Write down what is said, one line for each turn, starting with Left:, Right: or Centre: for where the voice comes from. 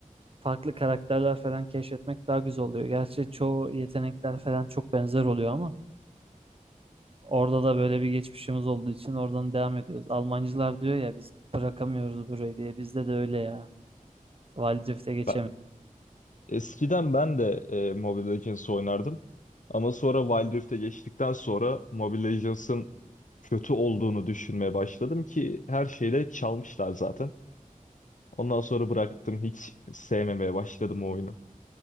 Right: farklı karakterler falan keşfetmek daha güzel oluyor. Gerçi çoğu yetenekler falan çok benzer oluyor ama orada da böyle bir geçmişimiz olduğu için oradan devam ediyoruz. Almancılar diyor ya biz bırakamıyoruz burayı diye. Bizde de öyle ya. Valdrift'e geçemedik.
Left: Ben, eskiden ben de e, Mobile Legends oynardım. Ama sonra Wild Rift'e geçtikten sonra Mobile Legends'ın kötü olduğunu düşünmeye başladım ki her şeyle çalmışlar zaten. Ondan sonra bıraktım. Hiç sevmemeye başladım o oyunu.